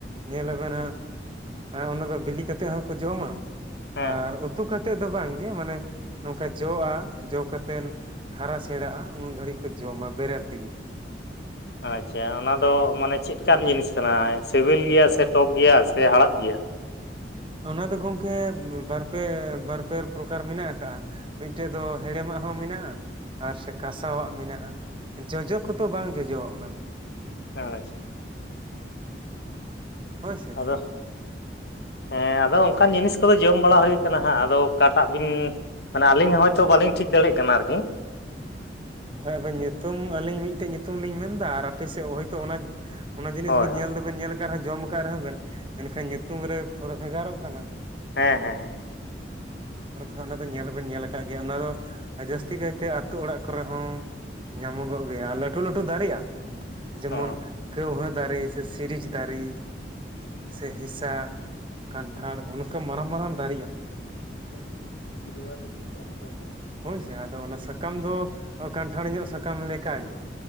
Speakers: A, on the right; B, on the left.
A: ᱧᱮᱞ ᱟᱵᱮᱱ ᱦᱟᱸᱜ ᱟᱸ ᱚᱱᱟ ᱫᱚ ᱵᱤᱞᱤ ᱠᱟᱛᱮᱜ ᱦᱚᱸᱠᱚ ᱡᱚᱢᱟ
B: ᱦᱮᱸ
A: ᱟᱨ ᱩᱛᱩ ᱩᱛᱩ ᱠᱟᱛᱮᱫ ᱫᱚ ᱵᱟᱝᱜᱮ, ᱢᱟᱱᱮ ᱱᱚᱝᱠᱟ ᱡᱚᱜ-ᱟ ᱡᱚ ᱠᱟᱛᱮᱱ ᱦᱟᱨᱟ ᱥᱮᱬᱟᱜ-ᱟ ᱩᱱ ᱜᱷᱟᱹᱲᱤᱡ ᱠᱚ ᱡᱚᱢᱟ ᱵᱮᱨᱮᱞ ᱛᱤᱜᱤ ᱾
B: ᱟᱪᱪᱷᱟ ᱚᱱᱟ ᱫᱚ ᱢᱟᱱᱮ ᱪᱤᱫᱠᱟᱱ ᱡᱤᱱᱤᱥ ᱠᱟᱱᱟ ᱥᱮᱵᱮᱞ ᱜᱮᱭᱟ ᱥᱮ ᱴᱚᱠ ᱜᱮᱭᱟ ᱥᱮ ᱦᱟᱲᱟᱫ ᱜᱮᱭᱟ?
A: ᱚᱱᱟ ᱫᱚ ᱜᱚᱝᱠᱮ ᱵᱟᱨ ᱯᱮ ᱵᱟᱨ ᱯᱮ ᱯᱨᱚᱠᱟᱨ ᱢᱮᱱᱟᱜ ᱟᱠᱟᱜ-ᱟ ᱾ ᱢᱤᱫᱴᱮᱡ ᱫᱚ ᱦᱮᱲᱮᱢᱟᱜ ᱦᱚᱸ ᱢᱮᱱᱟᱜ-ᱟ ᱟᱨ ᱥᱮ ᱠᱟᱥᱟᱣᱟᱜ ᱢᱮᱱᱟᱜ-ᱟ ᱾ ᱡᱚᱡᱚ ᱠᱚᱫᱚ ᱵᱟᱝ ᱡᱚᱡᱚᱣᱟᱜ ᱚᱱᱟ ᱫᱚ ᱾
B: ᱟᱪᱷᱟ ᱾
A: ᱦᱳᱭ ᱥᱮ
B: ᱟᱫᱚ ᱾
A: <unintelligible>
B: ᱦᱮᱸ ᱟᱫᱚ ᱚᱝᱠᱟᱱ ᱡᱤᱱᱤᱥ ᱠᱚᱫᱚ ᱡᱚᱢ ᱵᱟᱲᱟ ᱦᱩᱭ ᱠᱟᱱᱟ ᱦᱟᱸᱜ ᱟᱫᱚ ᱚᱠᱟᱴᱟᱜ ᱵᱤᱱ ᱢᱟᱱᱮ ᱟᱹᱞᱤᱧ ᱦᱚᱸ ᱦᱚᱭᱛᱚ ᱵᱟᱞᱤᱧ ᱴᱷᱤᱠ ᱫᱟᱲᱮᱜ ᱠᱟᱱᱟ ᱟᱨᱠᱤ ᱾
A: ᱦᱳᱭ ᱟᱵᱮᱱ ᱧᱩᱛᱩᱢ ᱟᱹᱞᱤᱧ ᱢᱤᱫᱴᱮᱡ ᱧᱩᱛᱩᱢ ᱞᱤᱧ ᱢᱮᱱᱫᱟ ᱟᱨ ᱟᱯᱮᱥᱮᱫ ᱦᱚᱭᱛᱳ ᱚᱱᱟ ᱚᱱᱟ ᱡᱤᱱᱤᱥ
B: ᱦᱳᱭ
A: ᱜᱤ
B: ᱦᱳᱭ
A: ᱧᱮᱞ ᱫᱚᱵᱮᱱ ᱧᱮᱞ ᱟᱠᱟᱫ ᱨᱮᱦᱚᱸ ᱡᱚᱢ ᱟᱠᱟᱜ ᱨᱮᱦᱚᱸ ᱵᱮᱱ ᱮᱱᱠᱷᱟᱱ ᱧᱩᱛᱩᱢ ᱨᱮ ᱛᱷᱚᱲᱟ ᱵᱷᱮᱜᱟᱨᱚᱜ ᱠᱟᱱᱟ ᱾
B: ᱦᱮᱸ ᱦᱮᱸ ᱦᱮᱸ ᱾
A: ᱟᱨ ᱵᱟᱠᱷᱟᱜ ᱚᱱᱟ ᱫᱚ ᱧᱮᱞ ᱦᱚᱵᱮᱱ ᱧᱮᱞ ᱟᱠᱟᱫ ᱜᱮᱭᱟ ᱚᱱᱟ ᱫᱚ ᱡᱟᱹᱥᱛᱤ ᱠᱟᱭᱛᱮ ᱟᱛᱳ ᱚᱲᱟᱜ ᱠᱚᱨᱮ ᱦᱚᱸ ᱧᱟᱢᱚᱜᱚᱜ ᱜᱮᱭᱟ ᱞᱟᱹᱴᱷᱩ ᱞᱟᱹᱴᱷᱩ ᱫᱟᱨᱮᱹᱜᱼᱟ ᱡᱮᱢᱚᱱ
B: ᱦᱚᱸ
A: ᱠᱟᱹᱣᱦᱟᱹ ᱫᱟᱨᱮ ᱥᱮ ᱥᱤᱨᱤᱡᱽ ᱫᱟᱨᱤ ᱥᱮ ᱦᱮᱸᱥᱟᱜ, ᱠᱟᱱᱴᱷᱟᱲ ᱚᱱᱠᱟ ᱢᱟᱨᱟᱝ ᱢᱟᱨᱟᱝ ᱫᱟᱨᱤᱜᱼᱟ ᱾
B: <unintelligible>
A: ᱦᱳᱭᱥᱮ ᱟᱫᱚ ᱚᱱᱟ ᱥᱟᱠᱟᱢ ᱫᱚ ᱠᱟᱱᱴᱷᱟᱲ ᱧᱚᱜ ᱥᱟᱠᱟᱢ ᱞᱮᱠᱟᱜᱮ